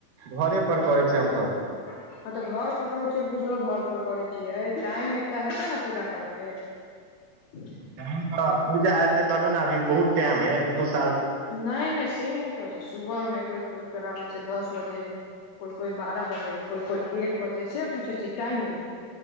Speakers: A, on the right; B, on the left.
A: घरे पर करै छिय हम सभ
B: <unintelligible> हँ तऽ घर पर करै छियै बुझलौ घर पर करै छियै टाइम एत हेतै न पूजा करकेँ <unintelligible>
A: केहेन करब पूजा एते तबे न अभी बहुत टाइम है एक दोस
B: नै नै से नै कहै छै सुबह में कोइ कोइ कराबै छै दस बजे कोइ कोइ बारह बजे कोइ कोइ एक बजे से पूछै छी टाइमिंग